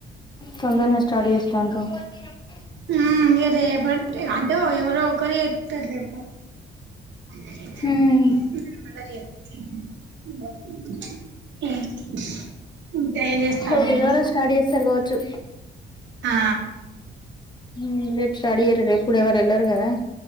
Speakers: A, on the left (about 20°); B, on the right (about 65°).
A: తొందరనే <unintelligible>
B: హ్మ్ ఇగ రెప అంటే ఎవరో ఓకరూ చెప్తారు రేపు <inaudible>
A: ఉమ్
B: <inaudible> చేస్తారు
A: బుధువార
B: మీరు
A: స్టార్ట్ చేస్తరు గావచ్చు
B: ఆ
A: హ్మ్ రేపు స్టార్డ్ ఈయరూ రేప్ కూడ ఎవర్ ఎల్లర్ గద